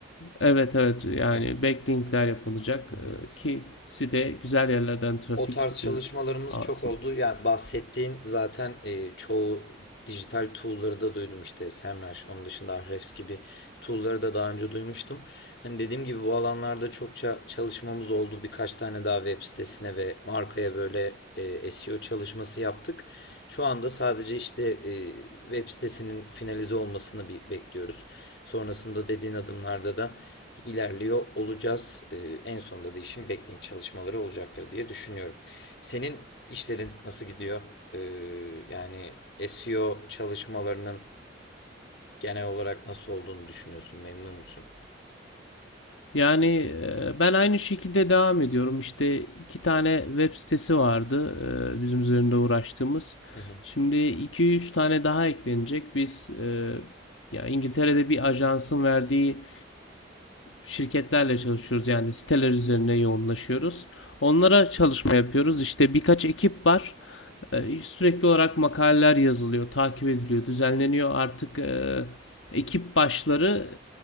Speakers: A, on the left; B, on the left.
A: Evet evet yani
B: Evet.
A: backlinkler yapılacak
B: Hı
A: e,
B: hı.
A: ki site güzel yerlerden trafik
B: O tarz çalışmalarımız
A: e, alsın.
B: çok oldu. Yani bahsettiğin zaten e, çoğu dijital tool'ları da duydum işte Semrush, onun dışında Ahrefs gibi tool'ları da daha önce duymuştum. Hani dediğim gibi bu alanlarda çokça çalışmamız oldu. Birkaç tane daha web sitesine ve markaya böyle e, SEO çalışması yaptık. Şu anda sadece işte e, web sitesinin finalize olmasını bir bekliyoruz. Sonrasında dediğin adımlarda da ilerliyor olacağız. Ee, en sonunda da işin backlink çalışmaları olacaktır diye düşünüyorum. Senin işlerin nasıl gidiyor? Ee, yani SEO çalışmalarının genel olarak nasıl olduğunu düşünüyorsun? Memnun musun?
A: Yani e, ben aynı şekilde devam ediyorum. İşte iki tane web sitesi vardı e, bizim üzerinde uğraştığımız.
B: Hı hı.
A: Şimdi iki üç tane daha eklenecek. Biz e, ya İngiltere'de bir ajansın verdiği şirketlerle çalışıyoruz. Yani siteler üzerine yoğunlaşıyoruz. Onlara çalışma yapıyoruz. İşte birkaç ekip var. E, Sürekli olarak makaleler yazılıyor, takip ediliyor, düzenleniyor. Artık e, ekip başları